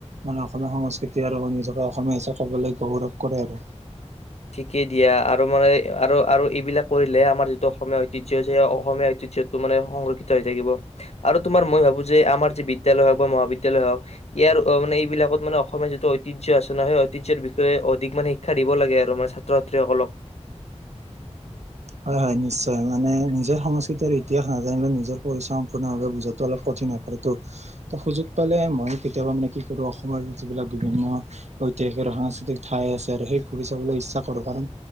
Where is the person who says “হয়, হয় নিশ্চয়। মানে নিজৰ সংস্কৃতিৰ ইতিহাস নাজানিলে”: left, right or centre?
Right